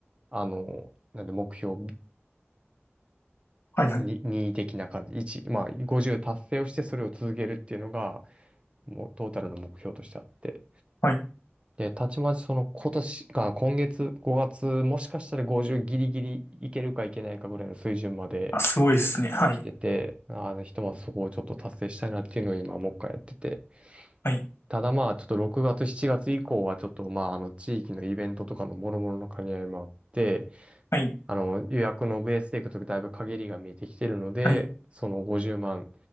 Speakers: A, on the right; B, on the left.
A: あ、あの、なんで目標
B: はい、はい、
A: に2的な感じ、1、まあ、50達成をしてそれを続けるっていうのが、もうトータルの目標としてあって。
B: はい。
A: で、たちまちその今年が、今月、5月、もしかしたら50ギリギリいけるかいけないかぐらいの水準まで
B: あ、すごいですね。はい、
A: 来てて、あの、ひとまずそこをちょっと達成したいなっていうのを今もう一回やってて。
B: はい、
A: ただまあ、ちょっと6月、7月以降はちょっとまあ、あの、地域のイベントとかの諸々の兼ね合いもあって、
B: はい、
A: あの、予約のベースでいくとだいぶ限りが見えてきてるので、
B: はい、
A: その50万っ